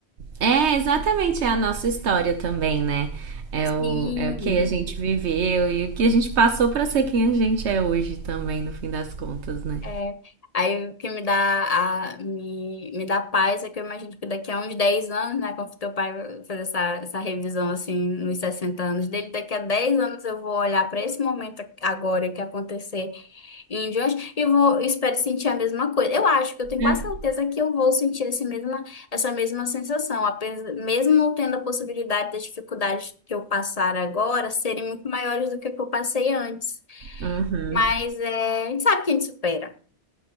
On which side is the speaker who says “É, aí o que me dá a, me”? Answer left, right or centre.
Left